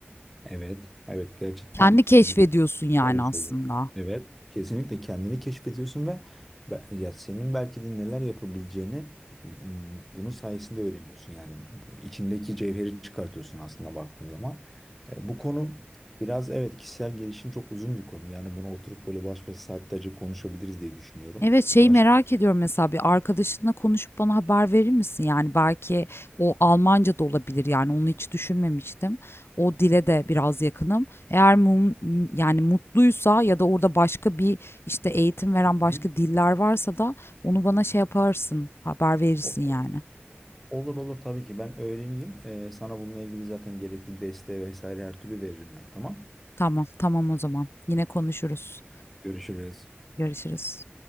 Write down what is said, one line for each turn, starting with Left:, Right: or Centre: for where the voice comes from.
Centre: Evet. Evet gerçekten
Left: Kendi keşfediyorsun
Centre: e, bu
Left: yani
Centre: doğru
Left: aslında.
Centre: söylüyor. Evet. Kesinlikle kendini keşfediyorsun ve be- ya senin belki de neler yapabileceğini m, bunun sayesinde öğreniyorsun. Yani bu içindeki cevheri çıkartıyorsun aslında baktığın zaman. E, bu konu biraz evet kişisel gelişim çok uzun bir konu. Yani bunu oturup böyle baş başa saatlerce konuşabiliriz diye düşünüyorum.
Left: Evet, şeyi
Centre: Başka
Left: merak
Centre: bir
Left: ediyorum mesela bir arkadaşınla konuşup bana haber verir misin? Yani belki o Almanca da olabilir yani onu hiç düşünmemiştim. O dile de biraz yakınım. Eğer mum, m- yani mutluysa ya da orada başka bir işte eğitim veren
Centre: Hı
Left: başka
Centre: hı.
Left: diller varsa da onu bana şey yaparsın, haber verirsin
Centre: o-
Left: yani.
Centre: o- Olur olur tabii ki ben öğreneyim. E, sana bununla ilgili zaten gerekli desteği vesaire her türlü veririm ben tamam.
Left: Tamam, tamam o zaman. Yine konuşuruz.
Centre: Görüşürüz.
Left: Görüşürüz.